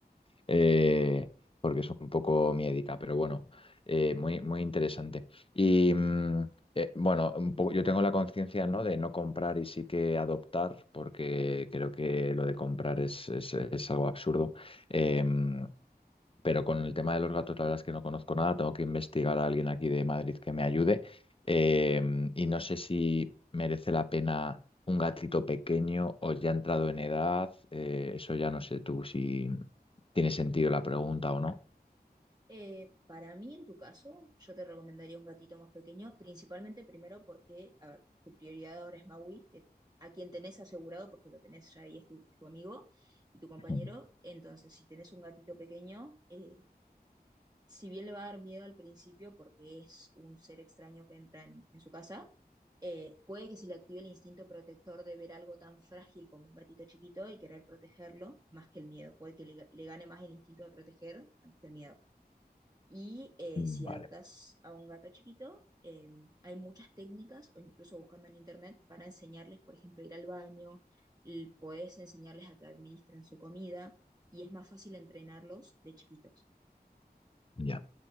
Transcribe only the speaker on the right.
Eh, para mí, en tu caso, yo te recomendaría un gatito más pequeño, principalmente primero porque, a ver, tu prioridad ahora es Maui, que es a quien tenés asegurado, porque lo tenés ya ahí, es tu, es tu amigo y tu compañero.
Entonces, si tenés un gatito pequeño, eh, si bien le va a dar miedo al principio porque es un ser extraño que entra en, en su casa, eh, puede que se le active el instinto protector de ver algo tan frágil como un gatito chiquito y querer protegerlo más que el miedo. Puede que le le gane más el instinto de proteger antes que el miedo. Y eh,
si adoptas a un gato chiquito, eh, hay muchas técnicas, o incluso buscando en internet, para enseñarles, por ejemplo, a ir al baño, y puedes enseñarles a que administren su comida, y es más fácil entrenarlos de chiquitos.